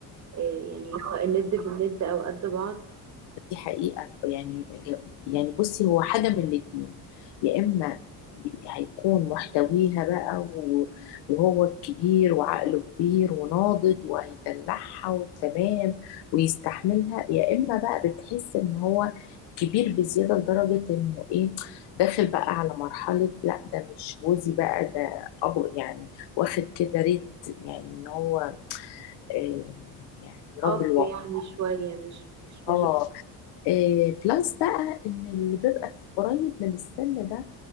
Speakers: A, on the right; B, on the left.
A: آه، يعني اللي هو الند بالند او قد بعض
B: دي حقيقة يعني يعني بصي هو حاجة من الاتنين يا إما بي- هيكون محتويها بقى و- وهو الكبير وعقله كبير وناضج وهيدلعها وتمام ويستحملها يا إما بقى بتحس إن هو كبير بزيادة لدرجة إنه إيه داخل بقى على مرحلة لا ده مش جوزي بقى ده أبو يعني واخد كده ريت يعني إن هو آه، يعني
A: اب
B: راجل
A: يعني شوية مش مش مش
B: وقور آه، بلس بقى ان اللي بيبقى في- قريب من السن ده